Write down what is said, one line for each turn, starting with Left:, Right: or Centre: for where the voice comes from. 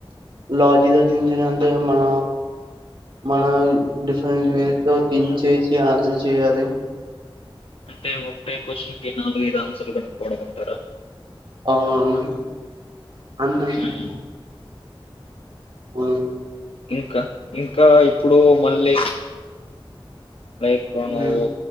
Right: లాజీదో తీన్సిదో అంటే మన మన డిఫరెంట్ వేస్ తో తించేసి ఆన్సర్ చేయాలి.
Left: అంటే ఒకటే క్వశ్చన్ కి నాలుగైదు ఆన్సర్లు బెటకోవడమంటారా
Right: ఆ అవును అందద్
Left: హ్మ్.
Right: అమ్మే హోను
Left: ఇంక ఇంకా ఇప్పుడు మళ్ళీ లైక్ నువ్వు
Right: ఉమ్